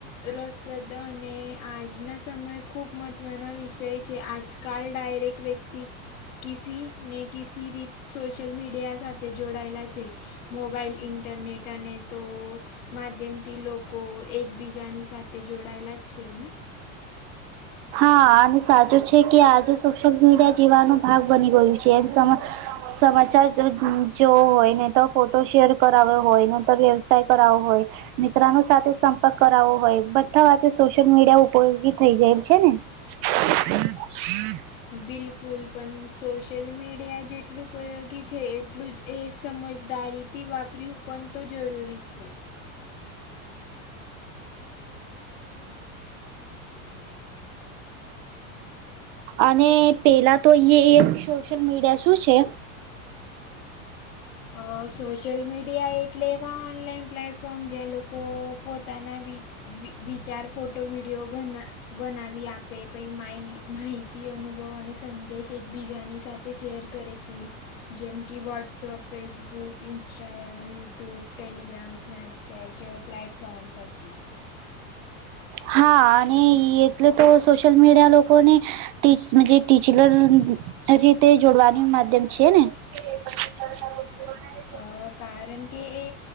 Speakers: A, on the left; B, on the right.
A: રસપ્રદ અને આજના સમયે ખૂબ મહત્વના વિષય છે. આજકાલ ડાયરેક્ટ વ્યક્તિ કિસી ને કિસી રીત સોશલ મીડિયા સાથે જોડાયેલા છે. મોબાઈલ, ઇન્ટરનેટ અને તો માધ્યમ થી લોકો એકબીજાની સાથે જોડાયેલા જ છે ના.
B: હા. અને સાચું છે કે આજે સોશિયલ મીડિયા જીવાનો ભાગ બની ગયું છે. એક સમા સમાચાર જો જોવો હોય, નહીં તો ફોટો શેર કરાવો હોય, નહીં તો વ્યવસાય કરાવો હોય મિત્રાનો સાથે સંપર્ક કરાવો હોય. બધા હાથે સોશિયલ મીડિયા ઉપયોગી થઈ જાય છે ને. <inaudible>
A: બિલકુલ પધ સોશિયલ મીડિયા જેટલું ઉપયોગી છે એટલું જ એ સમજદારી તી વાપર્યું પણ તો જરૂરી છે. <inaudible>
B: અને પેલા તો યે સોશિયલ મીડિયા શું છે?
A: અહ સોશિલ મીડિયા એ ટલે એવા ઓનલાઈન પ્લેટફોર્મ જે લોકો પોતાના વિ વિ વિચાર, ફોટો, વિડીયો, બના બનાવી આપે પહી માહિ માહિત તીઓનુંવો અને સંદેશ એકબીજાની સાથે શેર કરે છે. જેમ કે WhatsApp Facebook, Instagram, YouTube, Telegram, Snapchat જેવા પ્લેટફોર્મ પરથી.
B: હા. અને ઈ એટલે તો સોશિલ મીડિયા લોકો કોને ટીચજે ટીચલર રીતે જોડવાની માધ્યમ છે ને. <inaudible>
A: અહ કારણ કે એ